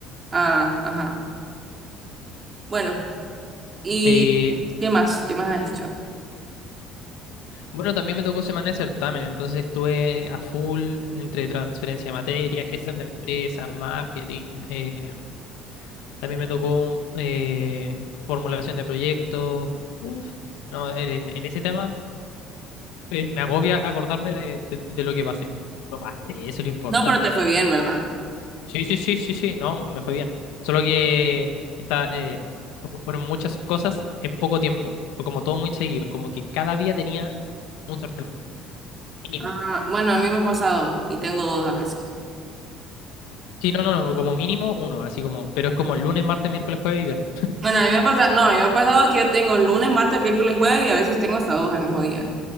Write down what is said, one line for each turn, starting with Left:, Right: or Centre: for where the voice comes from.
Right: Ah, ajá. Bueno, ¿y
Left: eh,
Right: qué más? ¿Qué más has hecho?
Left: Bueno, también me tocó semana de certamen, entonces estuve a full entre transferencia de materia, gestión de empresas, marketing. eh, también me tocó un- eh, formulación de proyectos. Uf, no, en, en ese tema eh, me agobia acordarme de, de- de lo que pasé. Lo pasé, eso es lo importante.
Right: No, pero te fue bien, ¿verdad?
Left: Sí, sí, sí, sí, sí, no, me fue bien. Solo que está, eh, fu- fueron muchas cosas en poco tiempo. Fue como todo muy seguido, como que cada día tenía un certamen mínimo.
Right: Ah, bueno, a mí me ha pasado y tengo dos a veces.
Left: Sí, no, no, no, como mínimo uno, así como, pero es como lunes, martes, miércoles, jueves y viernes.
Right: Bueno, a mí me ha pasado, no, a mí me ha pasado que yo tengo lunes, martes, miércoles, jueves y a veces tengo hasta dos al mismo día.